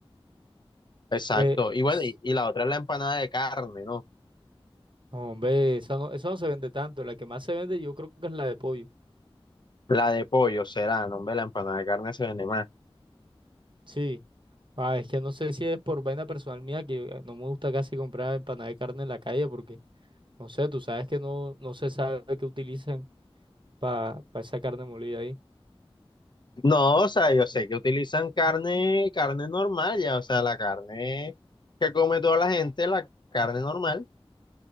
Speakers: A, on the left (about 50°); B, on the right (about 55°).
A: Exacto,
B: Eh,
A: y bueno,
B: s-
A: y, y la otra es la empanada de carne, ¿no?
B: no, hombre, esa no, eso no se vende tanto. La que más se vende yo creo que es la de pollo.
A: La de pollo será, no, hombre, la empanada de carne se vende más.
B: Sí. Ah, es que no sé si es por vaina personal mía que eh, no me gusta casi comprar empanada de carne en la calle porque, no sé, tú sabes que no, no se sabe qué utilizan para esa carne molida ahí.
A: No, o sea, yo sé que utilizan carne, carne normal, ya, o sea, la carne que come toda la gente, la carne normal.